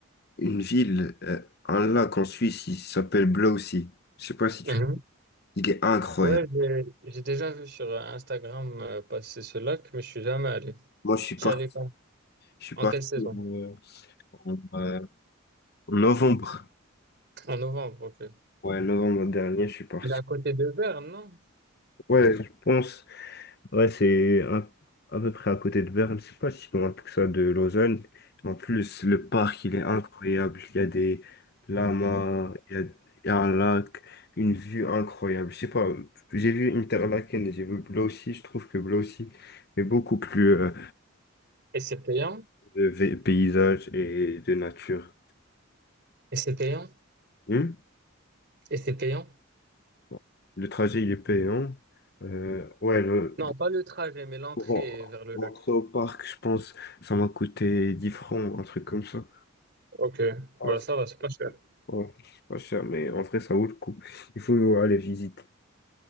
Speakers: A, on the left (about 50°); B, on the right (about 50°).
A: une ville, euh, un lac en Suisse, il s'appelle Blausi. Je sais pas si tu...
B: Mhm.
A: Il est incroyable.
B: Ouais, j'ai j'ai déjà vu sur euh, Instagram euh, passer ce lac, mais je suis jamais allé.
A: Moi, je suis
B: Tu
A: parti,
B: y allais quand?
A: je suis
B: En
A: parti
B: quelle saison?
A: euh, en euh, en novembre.
B: En novembre, ok.
A: Ouais, novembre dernier, je suis parti.
B: Il est à côté de Berne, non?
A: Ouais, je pense. Ouais, c'est un- à peu près à côté de Berne. C'est pas si loin que ça de Lausanne. En plus, le parc, il est incroyable. Il y a des lamas, il y a, il y a un lac, une vue incroyable. Je sais pas, j'ai vu Interlaken, j'ai vu Blau aussi. Je trouve que Blau aussi est beaucoup plus euh,
B: Et c'est payant?
A: de ve- paysage et de nature.
B: Et c'est payant?
A: Hmm
B: Et c'est payant?
A: Bon, Le trajet, il est payant. Euh, ouais, le,
B: Non,
A: pour,
B: pas le trajet, mais l'entrée
A: pour en-
B: vers le lac.
A: rentrer au parc, je pense, ça m'a coûté 10 francs, un truc comme ça.
B: Ok,
A: Ouais,
B: bah
A: c'est
B: ça va, c'est pas cher.
A: ouais, c'est pas cher, mais en vrai, ça vaut le coup. Il faut aller visiter.